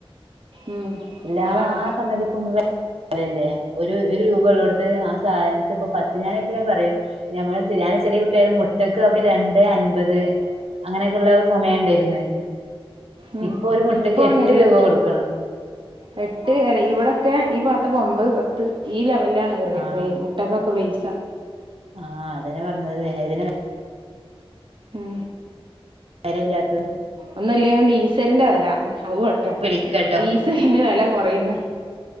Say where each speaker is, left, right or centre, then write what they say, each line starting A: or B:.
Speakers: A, on the right; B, on the right.
A: ഉം
B: എല്ലാസംഗതിക്കുംവിലയല്ലേ,
A: അതാണ്
B: ഒരു.. ഒരുരൂപയുളളിടടത്ത് ആ സാധന ഇപ്പംപത്ത്, ഞാനെപ്പിളും പറയും ഞമ്മളുഞാൻ ചെറിയ കുട്ടിയായിരുന്നപ്പോൾ മുട്ടക്ക് ഒക്കെ രണ്ടൻപത് അങ്ങനെ. സമയമുണ്ടായിരുന്നേ,
A: ഉം
B: ഇപ്പൊ ഒരു മുട്ടക്കെട്ടുരൂപ
A: ഇപ്പൊ അങ്ങനെ എല്ലാ
B: കൊടുക്കണം.
A: എട്ട് അ.. ഇവിടൊക്കെ, ഈ ഭാഗത്തൊക്കെയൊൻമ്പത്, പത്ത് ഈലെവ വല്യാങ്ങള
B: ആഹ്
A: പറയും, മുട്ടയ്ക്കൊക്കെ പൈസ.
B: ആഹ് അതന്നെ പറഞ്ഞത് ഇതിന്
A: ഉം
B: വെരല്ല്യാത്തത്
A: ഒന്നില്ല്യ ഡീസലന്റെ വില ആട്ടെ
B: വിളിക്കട്ടോ
A: ഡീസലിന്റെ വില കൊറയന്ന്